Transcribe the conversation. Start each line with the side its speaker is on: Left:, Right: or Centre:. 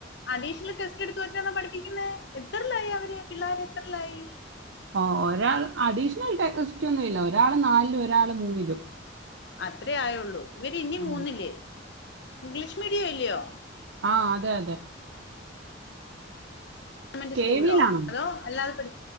Left: അടിഷ്ണൽ ടെസ്റ്റ് എടുത്ത വെച്ചാ പഠിപ്പിക്കുന്ന എത്രലായി അവര് പിള്ളേർ എത്രിലായി
Right: ഓ ഒരാൾ അഡീഷണൽ ടെസ്റ്റ് ഒന്നും ഇല്ല ഒരാൾ നാലിലും ഒരാള് മൂന്നിലും
Left: അതേ ആയുള്ളൂ ഇവര് ഇനി
Right: ആ
Left: മൂന്നില്ലേ ഇംഗ്ലീഷ് മീഡിയം ഇല്ലയോ?
Right: ആഹ് അതെ അതെ
Left: ഗവമെന്റ്
Right: കെ
Left: സ്കൂൾളോ
Right: വിയിലാണോ
Left: അതോ അല്ലാതെ പഠി